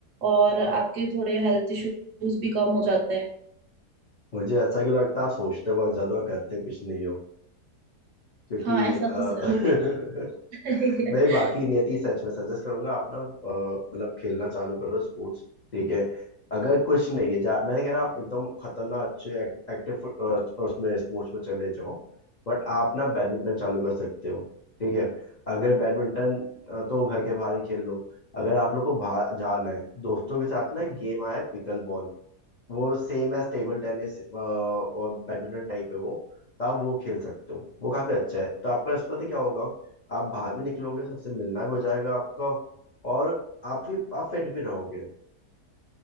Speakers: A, on the right; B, on the left.
A: और आपके थोड़े हेल्थ इश्यूज भी कम हो जाते हैं
B: मुझे ऐसा क्यों लगता है आप सोचते बहुत ज्यादा और करते कुछ नहीं क्योंकि
A: हाँ ऐसा
B: अ,
A: तो जरूर
B: <laughs>
A: है
B: नहीं बाकी
A: <laughs>
B: नियति सच में सजेस्ट करूंगा आप ना अ, मतलब खेलना चालू करो स्पोर्ट्स ठीक है अगर कुछ नहीं है जा, मैंने कह रहा आप एकदम खतरनाक अच्छे एक, एक्टिव उसमें स्पोर्ट्स में चले जाओ बट आप ना बैडमिंटन चालू कर सकते हो ठीक है अगर बैडमिंटन अ, तो घर के बाहर ही खेल लो अगर आप लोग को बाहर जाना है दोस्तों के साथ ना एक गेम आया है पिकल बॉल वो सेम एज टेबल टेनिस और बैडमिंटन टाइप है वो तो आप वो खेल सकते हो वो काफी अच्छा है तो आपका इसमें पता क्या होगा आप बाहर भी निकलोगे सबसे मिलना भी हो जाएगा आपका और आपकी आप फिट भी रहोगे